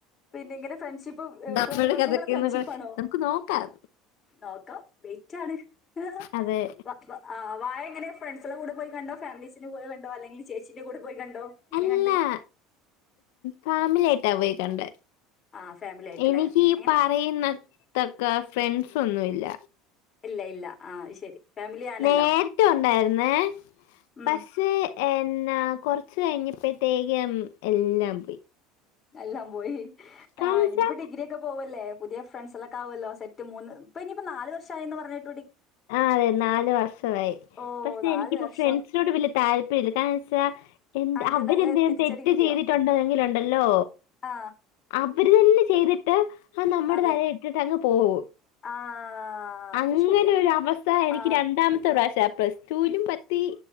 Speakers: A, on the left; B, on the left.
A: പിന്നെ ഇങ്ങനെ ഫ്രണ്ട്ഷിപ്പ് എ
B: നമ്മുടെ
A: പെണ്ണുങ്ങളെ
B: കഥയ്ക്ക്
A: ഫ്രണ്ട്ഷിപ്പ്
B: എന്നൊക്കെ
A: ആണോ
B: നമുക്ക് നോക്കാം
A: നോക്കാം വെയ്റ്റാണ് ആ
B: അതെ
A: വ വ വാഴ എങ്ങനെ ഫ്രണ്ട്സെളെ കൂടെ പോയി കണ്ടോ ഫമിലീസിന്റെ കൂടെ കണ്ടോ അല്ലെങ്കി ചേച്ചിന്റെ കൂടെ പോയി കണ്ടോ എങ്ങനെ
B: അല്ലാ
A: കണ്ട്
B: ഫാമിലിയിട്ടാ പോയി കണ്ട
A: ആ ഫാമിലി ആയിട്ടല്ലേ
B: എനിക്ക്
A: എങ്ങനെ
B: പറയുന്ന തക്ക ഫ്രണ്ട്സ് ഒന്നുമല്ല
A: ഇല്ല ഇല്ല ആ ശരി ഫാമിലി ആണല്ലോ
B: നേരിട്ട ഉണ്ടായിരുന്നേ
A: ഉം
B: പക്ഷ എന്നാ കൊറച്ച കഴിഞ്ഞപ്പോത്തേകം എല്ലാം പോയി
A: എല്ലാം പോയി
B: കാരണം
A: ആ
B: വെച്ചാ
A: ഇനിപ്പോ ഡിഗ്രിയൊക്കെ പോവല്ലേ പുതിയ ഫ്രണ്ട്സൊക്കെ ആുമല്ലോ സെറ്റ് മൂന്ന് ഇപ്പ ഇനിയിപ്പോ നല് വർഷ ആന്ന് പറഞ്ഞട്ട്
B: ആ അതെ നാല് വർഷമായി
A: ഓ
B: പക്ഷെ
A: നാല്
B: എനിക്കിപ്പോ
A: വർഷം
B: ഫ്രണ്ട്സിനോട് വലിയ താല്ര്യം ക്കാന്ന് വെച്ചാ എ
A: അതിന്റെ
B: അവന
A: നല്ല
B: എന്തെങ്കിലും
A: തിരിച്ചടി
B: തെറ്റ്
A: കിട്ടിയോ
B: ചെയ്തിട്ടുണ്ടോ എങ്കിലൊണ്ടല്ലോ
A: ആ
B: അവര് തന്നെ ചെയ്തിട്ട് ആ നമ്മുടെ
A: അതെ
B: തല ഇട്ടിട്ട് അങ്ങ് പോകും
A: ആ അത്
B: അങ്ങെ
A: ശരിയാ
B: താമസ എനിക്ക്
A: ആ
B: രണ്ടാമത്തെ പ്രാവശ്യ പ്ലസ്ടുവിനും പറ്റി